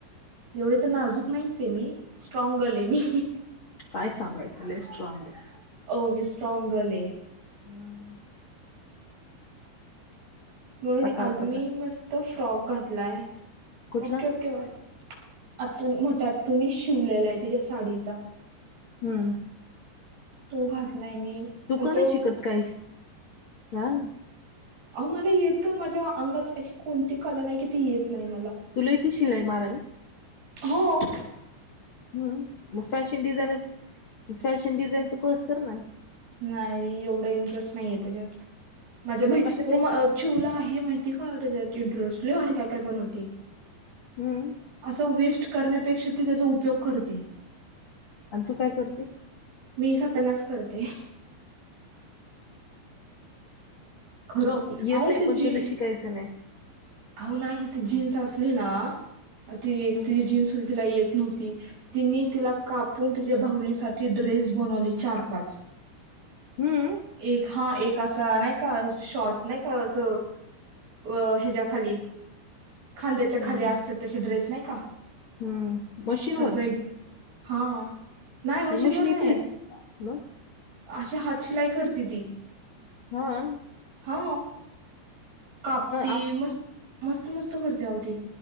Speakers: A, on the right; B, on the left.
A: एवढे तर नाजूक नाहीच मी स्ट्रॉंग गलऀ मी
B: काय सांगायचं ल ई स्टांगेस
A: हो मी स्ट्रॉंग गलऀ‌ हे
B: हम
A: म्हणून
B: पटापट
A: आज मी मस्त फ्रॉक घातलाय
B: कुठला
A: ओके ओके बाय आतूनि मोठ्या आतुनिशिवलेला आहे तिच्या साडीचा
B: हम्म
A: तो घातलाय मी
B: तु
A: आणि
B: का
A: तो
B: नाही शिकत काही च हा
A: अहो मला येत माझ्या अंगात अशी कोणती कला नाही कि ती येत नाही मला
B: तुलायेती शिलाई मारायला
A: हो ओ
B: हम् मग फॅशन डिझाईनर फॅशन डिझाईनचा कोर्स कर ना
A: नाही एवढं इंटरेस्ट नाहीये त्याच्यात माझ्या
B: तुला
A: बई
B: कशात
A: हो
B: येईल
A: म चिवला आहे माहिती का त्याच्या इंटरेस्ट ल ई भारि काय काय बनवती
B: हम्म
A: असं वेस्ट करण्यापेक्षा ती त्याचा उपयोग करति
B: आणि तु काय करते?
A: मी खातानाच करते. खर आहे
B: येतय
A: तेजस
B: पण तुला शिकायचं नाही
A: आहो नाही ती जीन्स असली ना ती एक
B: हम्म.
A: तिची जीन्सच तिला येत नव्हती तिने तिला कापून तिच्या भाऊलीसाठी ड्रेस बनवले चार पाच.
B: हम्म
A: एक हा एक असा नाही का शॉर्ट नाही का असं अ ह्याच्या खाली खांद्याच्या
B: हम्म
A: खाली असतात तशे ड्रेस नाही का?
B: हम्म मशीन
A: तसं
B: वर
A: एक हा नाही मशीनवर
B: तुला येतेच
A: नाही
B: मग
A: अशा हात शिलाई करते ती
B: हा आ आ
A: हो कापती
B: आप
A: मस्त मस्त मस्त करते आहो ती